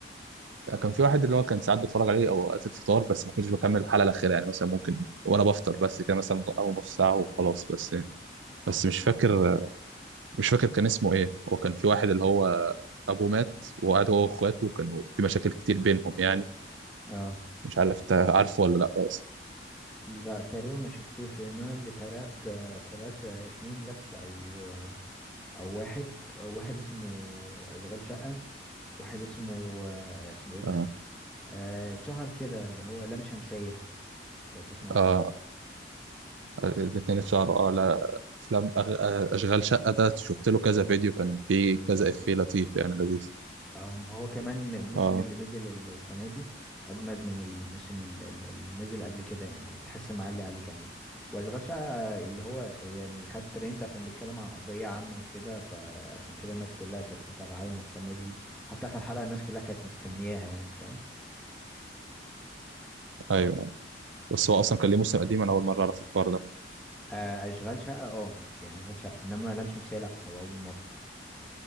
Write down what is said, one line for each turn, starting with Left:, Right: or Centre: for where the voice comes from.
Right: كان في واحد اللي هو كان ساعات بتفرج عليه او وقت الفطار بس ما كنتش بكمل الحلقه الاخيره يعني مثلا ممكن وانا بفطر بس كده مثلا او نص ساعه وخلاص بس يعني. بس مش فاكر مش فاكر كان اسمه ايه هو كان في واحد اللي هو ابوه مات وقعد هو واخواته وكانوا في مشاكل كتير بينهم يعني
Centre: اه
Right: مش عارف انت عارفه ولا لا اصلا
Centre: لا تقريبا ما شفتوش لان انا اللي تابعت تابعت اتنين بس او او واحد أو واحد اسمه اشغال شقة واحد اسمه اسمه ايه ده
Right: اه
Centre: آه، اتشهر كده اللي هو لام شمسية لو تسمع
Right: اه
Centre: عنه
Right: الاثنين اتشهروا اه لا افلام أغ... آه، اشغال شقه ده شفت له كذا فيديو كان فيه كذا افيه لطيف يعني لذيذ
Centre: اه ما هو كمان الموسم
Right: اه
Centre: اللي نزل السنة دي أجمد من الموسم ال- ال- اللي نزل قبل كده يعني تحس معلي عليه كمان وأشغال شقة اللي هو يعني خد ترند عشان بيتكلم عن قضية عامة وكده فعشان كده الناس كلها كانت متابعاه ومهتمة بيه حتى آخر حلقة الناس كلها كانت مستنياها يعني فاهم
Right: ايوه بس هو اصلا كان ليه موسم قديم انا اول مره اعرف الحوار ده
Centre: آه، أشغال شقة اه يعني أشغال شقة إنما لام شمسية لأ هو أول مرة